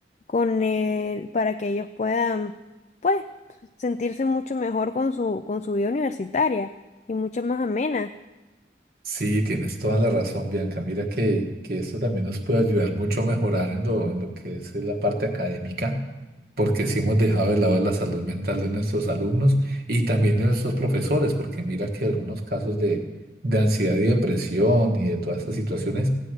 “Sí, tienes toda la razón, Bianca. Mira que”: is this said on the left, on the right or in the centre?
Right